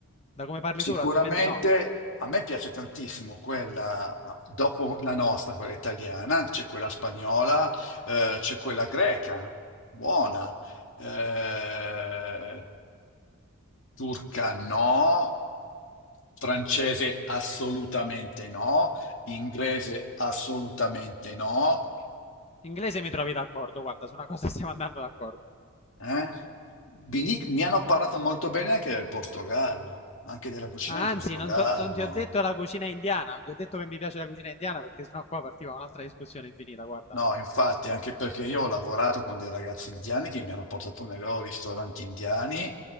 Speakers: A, on the left; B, on the left.
A: Da come parli
B: Sicuramente
A: tu, probabilmente no.
B: a me piace tantissimo quella dopo la nostra, quella italiana, c'è quella spagnola, eh, c'è quella greca, buona. Eh, Turca no, francese assolutamente no, inglese assolutamente no.
A: Inglese mi trovi d'accordo, guarda, su una cosa <laughs> stiamo andando d'accordo.
B: eh. Mi, dic- mi hanno parlato molto bene anche del Portogallo, anche della cucina
A: Ah,
B: in Portogallo.
A: anzi, non, to- non ti ho detto la cucina indiana, non ti ho detto che mi piace la cucina indiana perché sennò qua partiva un'altra discussione infinita, guarda.
B: No, infatti, anche perché io ho lavorato con dei ragazzi indiani che mi hanno portato nei loro ristoranti indiani